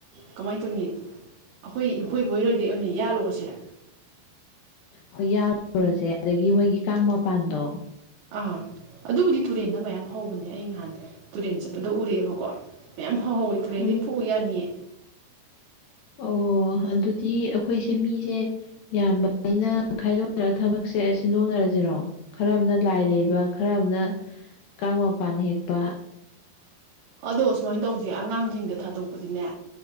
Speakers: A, on the right; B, on the left.
A: ꯀꯃꯥꯏ ꯇꯧꯅꯤ ꯑꯈꯣꯏ ꯏꯈꯣꯏ ꯏꯕꯣꯛ ꯍꯣꯏꯗꯩꯩ ꯑꯣꯢꯅ ꯌꯥꯜꯂꯨꯔꯁꯤꯔ
B: ꯍꯣꯏ ꯌꯥꯜꯂꯨꯔꯖꯦ ꯑꯗꯒꯤ ꯃꯣꯏꯒꯤ ꯀꯥꯡ ꯃꯄꯥꯟꯗꯣ
A: ꯑꯥ ꯑꯗꯨꯕꯨꯗꯤ ꯇꯨꯔꯦꯟꯗ ꯃꯌꯥꯝ ꯍꯧꯕꯅꯦ ꯑꯩ ꯅꯍꯥꯟ ꯇꯨꯔꯦꯟ ꯆꯠꯄꯗ ꯎꯔꯛꯑꯦꯕꯀꯣ ꯃꯌꯥꯝ ꯍꯧꯍꯧꯋꯦ ꯇꯨꯔꯦꯟꯗꯩ
B: ꯎꯝ
A: ꯐꯨꯛꯎ ꯌꯥꯅꯤꯑꯦ
B: ꯑꯣ ꯑꯗꯨꯗꯤ ꯑꯧ ꯈꯣꯏꯁꯦ ꯃꯤꯁꯦ ꯌꯥꯝꯕꯅꯤꯅ ꯈꯥꯏꯗꯣꯛꯅꯔ ꯊꯕꯛꯁꯦ ꯁꯤꯟꯗꯣꯛꯅꯔꯖꯤꯔꯣ ꯈꯔꯝꯃꯅ ꯂꯥꯏ ꯂꯩꯕ ꯈꯔ ꯑꯃꯅ ꯀꯥꯡ ꯃꯄꯥꯟ ꯍꯦꯛꯄ
A: <inaudible> ꯑꯗꯣ ꯁꯨꯃꯥꯏꯟ ꯇꯧꯖꯦ ꯑꯉꯥꯡꯖꯤꯡꯗ ꯊꯥꯗꯣꯛꯄꯗꯤꯅꯦ